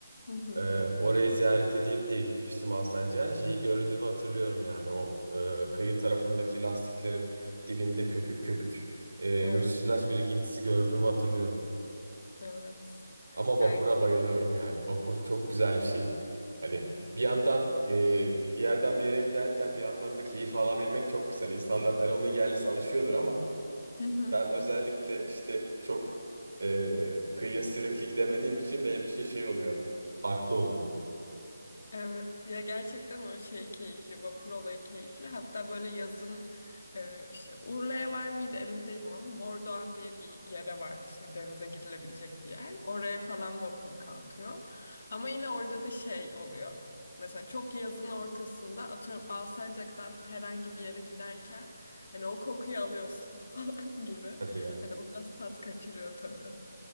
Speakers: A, on the left (about 35°); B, on the right (about 80°).
A: Hı hı.
B: Ee, orayı ziyaret edeyim diye gitmiştim Alsancak'a. Şeyi gördüğümü hatırlıyorum yani. O e, kıyı tarafındaki lastiklerin dibinde köpük köpük e,
A: Evet.
B: müsilaj birikintisi gördüğümü hatırlıyorum.
A: Evet.
B: Ama vapura
A: Yani
B: bayılıyorum yani. Vapur çok güzel bir şey. Hani
A: evet.
B: bir yandan e, bir yerden bir yere giderken bir yandan da keyif alabilmek çok güzel. İnsanlar hani onun yerlisi alışıyordur ama
A: Hı hı.
B: ben özellikle işte çok e, kıyıya sürekli gidemediğim için benim için şey oluyor. Farklı oluyor.
A: Evet ya gerçekten o şey keyifli vapur olayı keyifli hatta böyle yazın e, işte Urla'ya var mıydı emin değilim ama Mordoğan diye bir yere var işte denize girilebilecek bir yer oraya falan vapur kalkıyor ama yine orada da şey oluyor mesela çok yazın ortasında atıyorum Alsancak'tan herhangi bir yere giderken hani o kokuyu alıyorsun <laughs> falan gibi
B: Hadi ya.
A: hani o biraz tat kaçırıyor tabii.